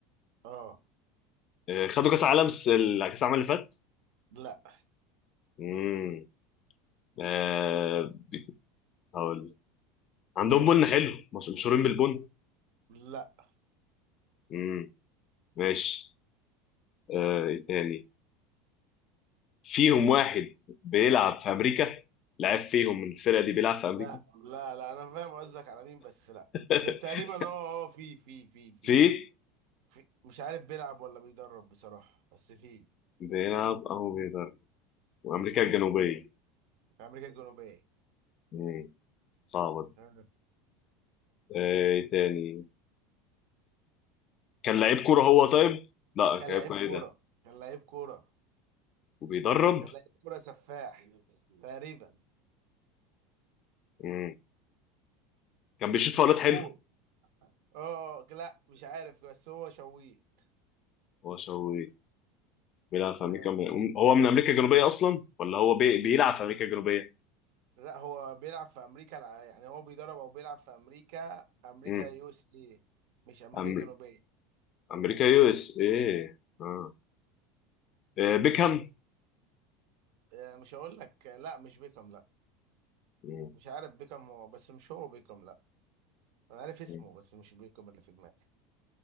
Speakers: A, on the right (about 70°); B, on the left (about 45°).
A: اه
B: آه خدوا كأس عالم س- كأس العالم اللي فات
A: لا
B: مم، آه هقول عندهم بن حلو مش- مشهورين بالبن
A: لا
B: مم، ماشي آه إيه تاني فيهم واحد بيلعب في أمريكا لعب فيهم من الفرقة دي بيلعب في أمريكا
A: لا لا لا انا فاهم قصدك على مين بس لا
B: <laughs>
A: بس تقريبا اه اه في في في في
B: في
A: في مش عارف بيلعب ولا بيدرب بصراحة بس في
B: بيلعب أو بيضرب وأمريكا الجنوبية
A: في امريكا الجنوبيه
B: مم، صعبة دي
A: آه.
B: آه إيه تاني كان لعيب كوره هو طيب لا كان
A: كان لعيب
B: لعيب كوره
A: كوره
B: ايه ده
A: كان لعيب كوره
B: وبيدرب
A: كان لعيب كوره سفاح تقريبا
B: مم. كان بيشوط فاولات
A: مشهور
B: حلو
A: اه لا مش عارف بس هو شويت
B: هو شوي بيلعب في امريكا
A: آه،
B: من... هو من امريكا الجنوبيه اصلا ولا هو بي... بيلعب في امريكا الجنوبيه
A: لا هو بيلعب في امريكا الع- يعني هو بيدرب او بيلعب في امريكا امريكا
B: مم.
A: يو اس اي مش امريكا
B: أمر...
A: الجنوبيه
B: امريكا يو اس ايه اه آه، بيكهام
A: آه، مش هقول لك آه، لا مش بيكم لا
B: مم.
A: مش عارف بيكم هو بس مش هو بيكم لا انا عارف اسمه
B: مم.
A: بس مش بيكم اللي في دماغي